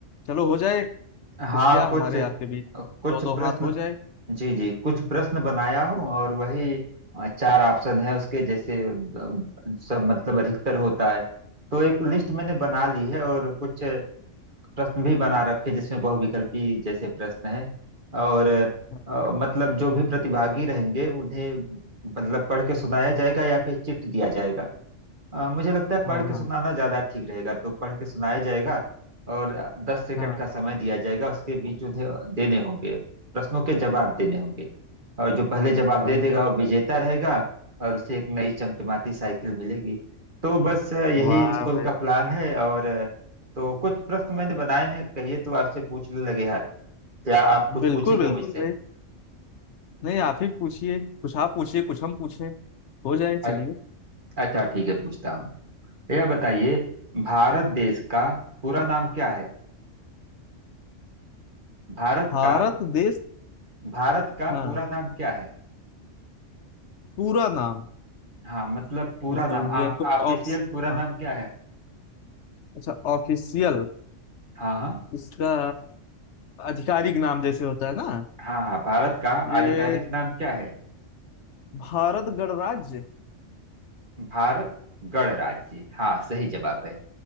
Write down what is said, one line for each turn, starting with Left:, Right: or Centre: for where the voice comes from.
Left: चलो हो जाए कुछ
Right: हाँ
Left: क्या
Right: कुछ
Left: हमारे आपके बीच
Right: कुछ
Left: दो दो
Right: प्रश्न
Left: हाथ हो जाए
Right: जी जी कुछ प्रश्न बनाया हूँ और वही अ, चार ऑप्शन है उसके जैसे द- सब मतलब अधिकतर होता है तो एक लिस्ट मैंने बना ली है और कुछ प्रश्न भी बना रखे जिसमें बहुविकल्पी जैसे प्रश्न है और
Left: हाँ
Right: अ, मतलब जो भी प्रतिभागी रहेंगे उन्हें मतलब पढ़ के सुनाया जाएगा या फिर चिट दिया जाएगा अ, मुझे लगता है पढ़
Left: हाँ
Right: के
Left: हाँ
Right: सुनाना ज्यादा ठीक रहेगा तो पढ़ के सुनाया जाएगा और दस सेकंड
Left: हाँ।
Right: का समय दिया जाएगा उसके बीच उन्हें देने होंगे प्रश्नों के जवाब देने होंगे और जो पहले जवाब
Left: तो
Right: दे
Left: भैया
Right: देगा वो विजेता रहेगा और उसे एक नई चमचमाती साइकिल मिलेगी तो बस अ, यही
Left: वाह
Right: स्कूल
Left: भाई
Right: का प्लान है और अ, तो कुछ प्रश्न मैंने बनाए हैं कहिए तो आपसे पूछने लगे हाथ क्या आप कुछ
Left: बिल्कुल
Right: पूछेंगे
Left: बिल्कुल
Right: मुझसे
Left: भाई नहीं आप ही पूछिए कुछ आप पूछिए कुछ हम पूछें हो जाए चलिए
Right: अ- अच्छा ठीक है पूछता हूँ यह बताइए भारत देश का पूरा नाम क्या है भारत
Left: भारत
Right: का
Left: देश
Right: भारत का
Left: हाँ
Right: पूरा नाम क्या है
Left: पूरा नाम
Right: हाँ मतलब पूरा
Left: ये तो
Right: नाम
Left: भैया
Right: आप
Left: कोई
Right: ऑफिशियल
Left: ऑप्स
Right: पूरा
Left: हाँ
Right: नाम क्या है
Left: अच्छा ऑफिशियल
Right: हाँ हाँ
Left: इसका आधिकारिक नाम जैसे होता है ना
Right: हाँ हाँ भारत का
Left: ये
Right: आधिकारिक नाम क्या है
Left: भारत गणराज्य
Right: भारत गणराज्य हाँ सही जवाब है